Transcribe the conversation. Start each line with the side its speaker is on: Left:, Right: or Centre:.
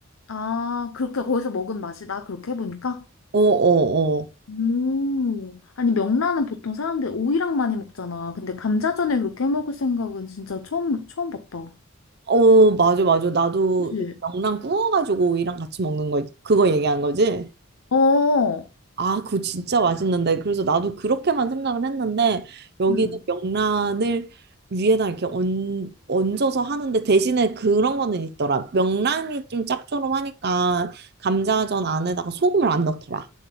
Left: 아, 그렇게 거기서 먹은 맛이다. 그렇게 해보니까?
Right: 어, 어, 어.
Left: 음. 아니, 명란은 보통 사람들 오이랑 많이 먹잖아. 근데 감자전에 그렇게 해 먹을 생각은 진짜 처음, 처음 봤다.
Right: 어, 맞아, 맞아. 나도
Left: 그치?
Right: 이렇게 명란 구워가지고 오이랑 같이 먹는 거, 그거 얘기한 거지?
Left: 어.
Right: 아, 그거 진짜 맛있는데. 그래서 나도 그렇게만 생각을 했는데, 여기는
Left: 응.
Right: 명란을 위에다 이렇게 얹, 얹어서 하는데, 대신에 그런 거는 있더라. 명란이 좀 짭조름하니까, 감자전 안에다가 소금을 안 넣더라.